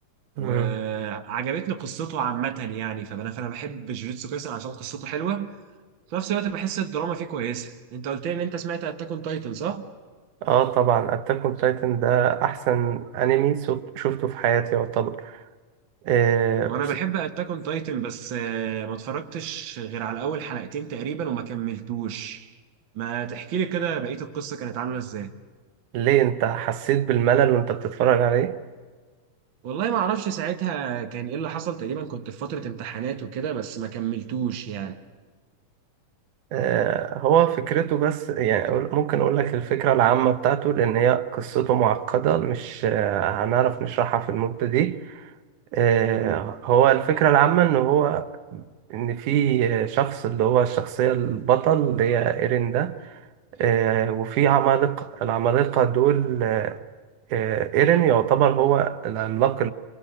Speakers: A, on the right; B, on the right.
A: مم.
B: وعجبتني قصته عامة يعني فانا فانا بحب جوجيتسو كايسن عشان قصته حلوة في نفس الوقت بحس الدراما فيه كويسة انت قلت لي ان انت سمعت اتاك اون تايتن صح
A: اه طبعا اتاك اون تايتن ده احسن انمي شف- شفته في حياتي يعتبر آه
B: وانا
A: بس
B: بحب اتاك اون تايتن بس آه، ما اتفرجتش غير على اول حلقتين تقريبا وما كملتوش ما تحكي لي كده بقية القصة كانت عاملة ازاي
A: ليه انت حسيت بالملل وانت بتتفرج عليه
B: والله ما اعرفش ساعتها كان ايه اللي حصل تقريبا كنت في فترة امتحانات وكده بس ما كملتوش يعني
A: آه هو فكرته بس يعني أقول- ممكن اقول لك الفكرة العامة بتاعته لان هي قصته معقدة مش آه هنعرف نشرحها في المدة دي آه
B: مم.
A: هو الفكرة العامة ان هو ان في شخص اللي هو الشخصيه البطل اللي هي ايرين ده آه، وفي عمالقه العمالقه دول آه، آه، ايرين يعتبر هو العملاق